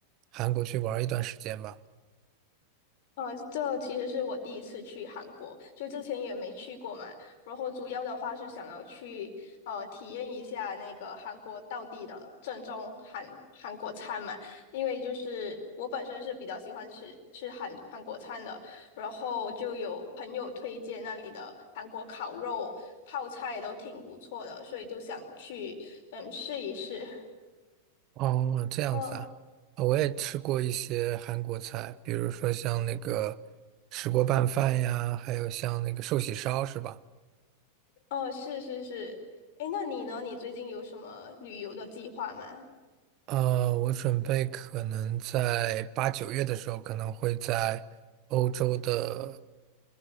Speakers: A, on the right (about 40°); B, on the left (about 50°).
A: 韩国去玩一段时间吧。
B: 呃，这其实是我第一次去韩国，就之前也没去过嘛。然后主要的话是想要去呃体验一下那个韩国道地的正宗韩韩国餐嘛，因为就是我本身是比较喜欢吃吃韩韩国餐的，然后就有朋友推荐那里的韩国烤肉、泡菜都挺不错的，所以就想去嗯试一试。
A: 哦，这样子啊，
B: 呃
A: 啊我也吃过一些韩国菜，比如说像那个石锅拌饭呀，还有像那个寿喜烧，是吧？
B: 呃，是是是，诶，那你呢？你最近有什么旅游的计划吗？
A: 呃，我准备可能在八九月的时候，可能会在欧洲的，